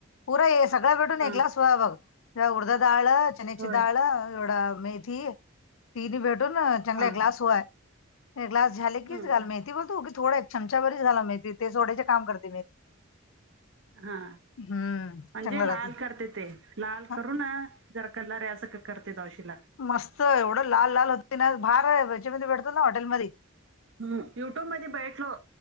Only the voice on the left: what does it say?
पुर ये सगळं भेटून
एक ग्लास बघ उडदाचं डाळं चण्याची
डाळ एवढं मेथी तीन भेटून चांगला
ग्लास हय ग्लास झाले
की चल मेथी बोलते उगीच थोडेच एक चमचा बरी झाला मेथी ते सोडायचे काम करत
हम्म
चांगलं राहते
हं,
मस्त एवढं लाल लाल होतेती ना भार आहे त्याच्यामध्ये भेटतो ना हॉटेलमधी